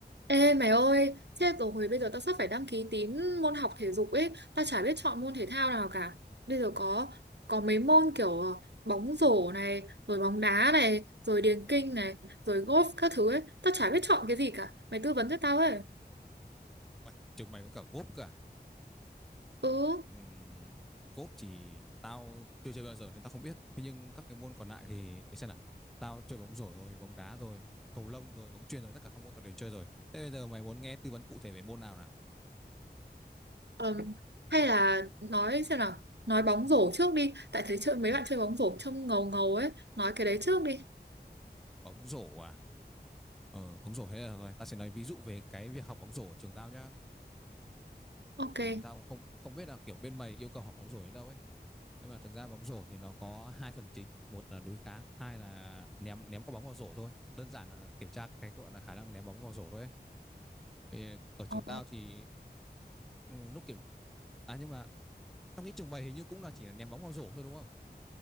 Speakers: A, on the right; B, in the centre.
A: Ê mày ơi, chết rồi, bây giờ tao sắp phải đăng ký tín môn học thể dục ấy, tao chả biết chọn môn thể thao nào cả. Bây giờ có có mấy môn kiểu ờ, bóng rổ này, rồi bóng đá này, rồi điền kinh này, rồi golf các thứ ấy, tao chả biết chọn cái gì cả. Mày tư vấn cho tao ấy.
B: Uầy, trường mày có cả gốp cả.
A: Ừ,
B: Ừm, gốp thì tao chưa chơi bao giờ nên tao không biết. Thế nhưng các cái môn còn lại thì để xem nào. Tao chơi bóng rổ rồi, bóng đá rồi, cầu lông rồi, bóng chuyền rồi, tất cả các môn tao đều chơi rồi. Thế bây giờ mày muốn nghe tư vấn cụ thể về môn nào nào?
A: ừm, hay là nói xem nào, nói bóng rổ trước đi, tại thấy chơi mấy
B: Ờ,
A: bạn chơi bóng rổ trông ngầu ngầu ấy, nói cái đấy trước đi.
B: bóng rổ à? Ờ, bóng rổ hay là rồi, tao sẽ nói ví dụ về cái việc học bóng rổ ở trường tao nhá.
A: Ok.
B: thì tao cũng không không biết là kiểu bên mày yêu cầu học bóng rổ đến đâu ấy nhưng mà thực ra bóng rổ thì nó có hai phần chính một là đối kháng hai là ném ném quả bóng vào rổ thôi đơn giản là kiểm tra cái gọi là khả năng ném bóng vào rổ thôi ấy. Thì ở trường
A: Ồ.
B: tao thì ừ, lúc kiểm à nhưng mà tao nghĩ trường mày hình như cũng là chỉ là ném bóng vào rổ thôi đúng không